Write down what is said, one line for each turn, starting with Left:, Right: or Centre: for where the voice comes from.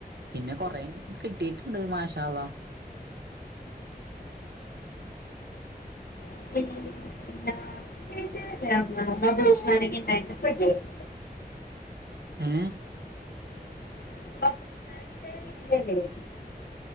Right: പിന്നെ കൊറെ കിട്ടിയിട്ടുണ്ട് മാഷാ അള്ളാ.
Left: <unintelligible> വീട്ടിലല്ലേ <unintelligible>
Right: ഏഹ്
Left: <unintelligible> <unintelligible>